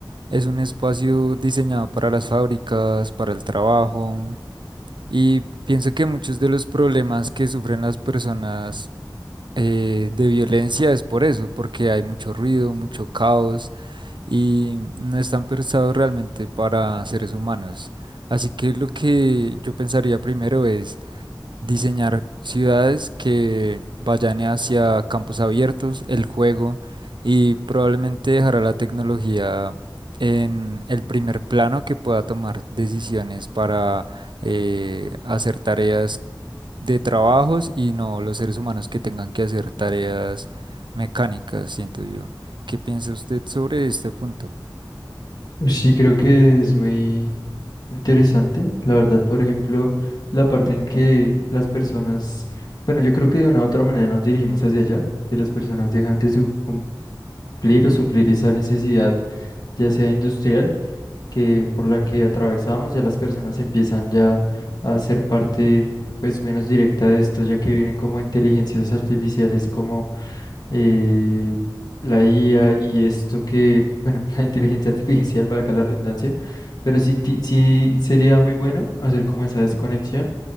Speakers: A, on the right; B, on the left.
A: es un espacio diseñado para las fábricas, para el trabajo y pienso que muchos de los problemas que sufren las personas eh, de violencia es por eso, porque hay mucho ruido, mucho caos y no están pensados realmente para seres humanos. Así que lo que yo pensaría primero es diseñar ciudades que vayan hacia campos abiertos, el juego y probablemente dejará la tecnología en el primer plano que pueda tomar decisiones para eh, hacer tareas de trabajos y no los seres humanos que tengan que hacer tareas mecánicas, siento yo. ¿Qué piensa usted sobre este punto?
B: Pues Sí, creo que es muy Interesante, la verdad, por ejemplo, la parte en que las personas, bueno, yo creo que de una u otra manera nos dirigimos hacia allá, que las personas dejan de su- cumplir o suplir esa necesidad, ya sea industrial, que por la que atravesamos, ya las personas empiezan ya a ser parte, pues, menos directa de esto, ya que viene como inteligencias artificiales, como eh, la IA y esto que, bueno, <laughs> la inteligencia artificial, valga la redundancia, pero sí, ti- sí sería muy bueno hacer como esa desconexión